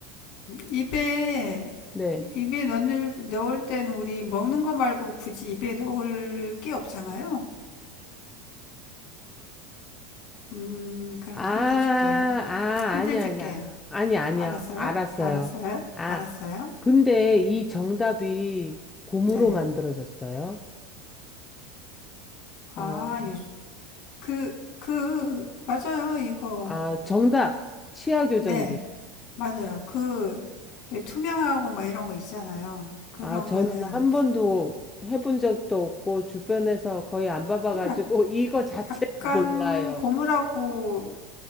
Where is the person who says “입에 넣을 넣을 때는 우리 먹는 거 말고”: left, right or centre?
Left